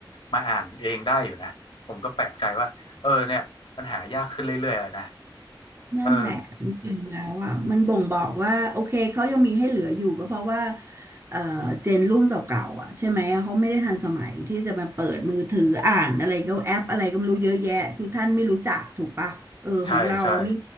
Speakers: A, on the left; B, on the right.
A: มาอ่านเองได้อยู่นะผมก็แปลกใจว่าเออเนี่ยมันหายากขึ้นเรื่อยๆแล้วนะ
B: นั่นแหละจริงๆแล้วอ่ะมันบ่งบอกว่าโอเคเขายังมีให้เหลืออยู่ก็เพราะว่า
A: เออ
B: เอ่อเจนรุ่นเก่าๆอ่ะใช่ไหมเขาไม่ได้ทันสมัยที่จะมาเปิดมือถืออ่านอะไรก็แอปอะไรก็ไม่รู้เยอะแยะคือท่านไม่รู้จักถูกปะเออของเรานี่
A: ใช่ใช่